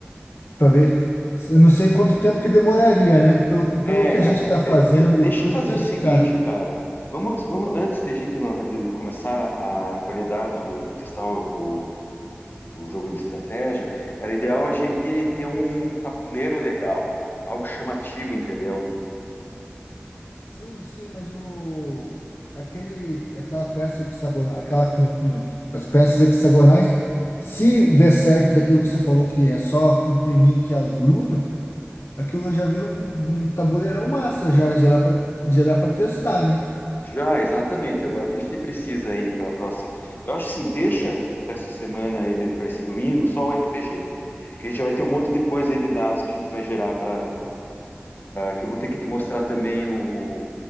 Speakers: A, on the left; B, on the left.
A: para ver. Eu não sei quanto tempo que demoraria, né? Pelo, que- pelo
B: É,
A: que a
B: cara,
A: gente está fazendo,
B: eu- eu- deixa
A: pelo
B: eu fazer
A: que a gente
B: o seguinte,
A: está.
B: cara. Vamos, vamos antes de a gente lan- de começar a colher dados do, do testar o, o, o jogo de estratégia, era ideal a gente ter um tabuleiro legal, algo chamativo, entendeu?
A: Sim, sim, mas o aquele aquela peça hexagonal, aquela com as peças hexagonais, se der certo daquilo que você falou que é só imprimir que elas grudam, Aquilo já vira um, um tabuleirão massa, já, já dá pra, já dá pra testar, né?
B: Já, exatamente. Agora, o que a gente precisa aí para a próxima? Eu acho assim, deixa para essa semana, para esse domingo, só o RPG. Que a gente já vai ter um monte de coisa aí de dados que a gente vai gerar para que eu vou ter que te mostrar também o,